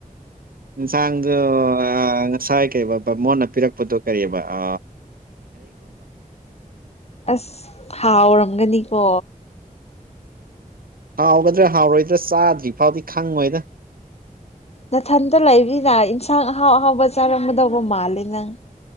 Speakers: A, on the right; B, on the left.
A: ꯌꯦꯟꯁꯥꯡꯗꯣ ꯉꯁꯥꯏ ꯀꯩ ꯕ ꯃꯣꯟꯅ ꯄꯤꯔꯛꯄꯗꯣ ꯀꯔꯤꯕ ꯑ
B: ꯑꯁ ꯍꯥꯎꯔꯝꯒꯅꯤꯀꯣ
A: ꯍꯥꯎꯒꯗ꯭ꯔꯥ ꯍꯥꯎꯔꯣꯏꯗ꯭ꯔꯥ ꯆꯥꯗ꯭ꯔꯤ ꯐꯥꯎꯗꯤ ꯈꯪꯉꯣꯏꯗ
B: ꯅꯊꯟꯇ ꯂꯩꯕꯅ ꯏꯟꯁꯥꯡ ꯑꯍꯥꯎ ꯑꯍꯥꯎꯕ ꯆꯥꯔꯝꯒꯗꯧꯕ ꯃꯥꯜꯂꯦ ꯅꯪ